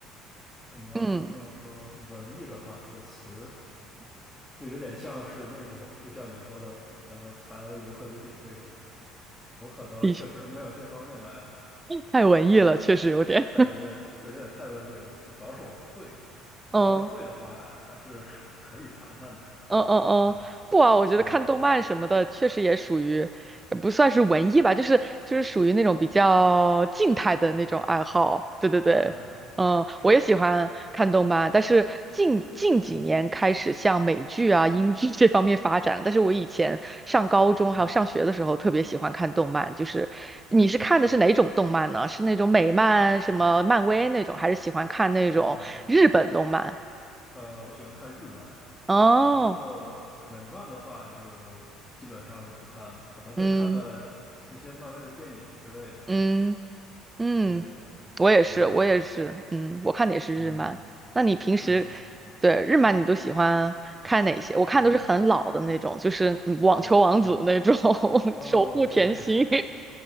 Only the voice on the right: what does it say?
嗯，
的确太文艺了，
确实有点，
<laughs> 嗯。
嗯嗯嗯，
不啊，我觉得看动漫什么的，
确实也属于，也不算是文艺吧，就是就是属于那种比较静态的那种爱好。
对对对，
嗯，
我也喜欢看动漫，但是近近几年开始向美剧啊、
英剧 <laughs> 这方面发展。但是我以前上高中还有上学的时候，
特别喜欢看动漫。就是你是看的是哪种动漫呢？
是那种美漫、什么漫威那种，
还是喜欢看那种日本动漫？
哦，
嗯
嗯。嗯，
我也是，
我也是，嗯，我看的也是日漫。
那你平时
对日漫你都喜欢看哪些？
我看都是很老的那种，
就是嗯网球王子那种，
<laughs>
守护甜心。